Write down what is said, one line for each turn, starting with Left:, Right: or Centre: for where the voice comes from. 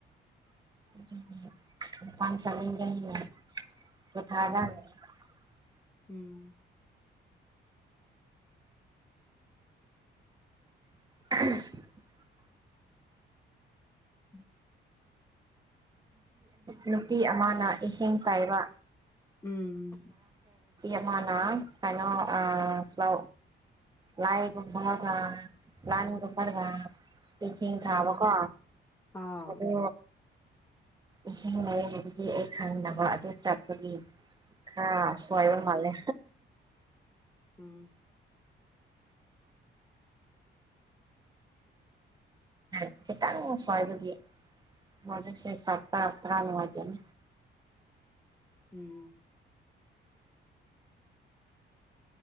Right: <unintelligible> <unintelligible>
Left: ꯎꯝ ꯎꯝ
Right: <unintelligible>
Left: ꯎ
Right: ꯅꯨꯄꯤ ꯑꯃꯅ ꯏꯍꯤꯡ ꯀꯥꯏꯕ
Left: ꯎꯝ
Right: ꯏꯃꯅꯥ ꯀꯩꯅꯣ ꯑ ꯐ ꯂꯥꯏꯒꯨꯝꯃꯔꯒ ꯂꯅꯤꯒꯨꯝꯃꯔꯒ ꯆꯩ ꯆꯦꯡ ꯊꯥꯕꯀꯣ
Left: ꯎꯝ ꯑꯥ
Right: ꯑꯗꯨ ꯏꯁꯤꯡ ꯂꯩꯏꯌꯦ ꯍꯥꯏꯕꯗꯤ ꯑꯩ ꯈꯪꯅꯕ ꯑꯗꯨ ꯆꯠꯄꯒꯤ ꯑ ꯁꯋꯥꯏꯕ
Left: ꯎꯝ
Right: ꯃꯥꯜꯦ
Left: ꯎꯝ
Right: <unintelligible> ꯈꯤꯇꯪ ꯁꯋꯥꯗꯨꯒꯤ ꯍꯧꯖꯤꯛꯁꯤ ꯁꯥꯠꯄ <unintelligible>
Left: ꯎꯝ